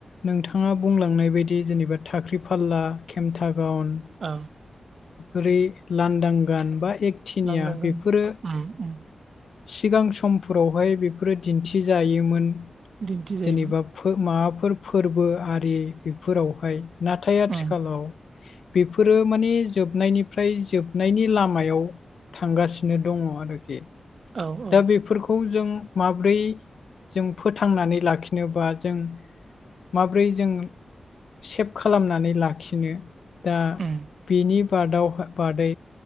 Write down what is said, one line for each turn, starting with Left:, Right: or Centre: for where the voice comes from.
Left: नोंथाङा बुंलांनाय बायदि जेनेबा थाख्रि फाला खेमथा गाउन
Right: औ।
Left: ओरै लांदां गान बा एकथिंगिया
Right: लांदांगोन
Left: बेफोरो
Right: उम उम
Left: सिगां समफोरावहाय बेफोरो दिन्थिजायोमोन
Right: दिन्थिजायोमोन
Left: जेनेबा माबाफोर फोरबो आरि बेफोरावहाय नाथाय आथिखालाव
Right: उम
Left: बेफोरो माने जोबनायनिफ्राय जोबनायनि लामायाव थांगासिनो दङ आरोखि।
Right: औ औ
Left: दा बेफोरखौ खौ जों माब्रै जों फोथांनानै लाखिनोबा जों माब्रै जों सेभ खालामनानै लाखिनो दा
Right: उम
Left: बेनि बादाव बादै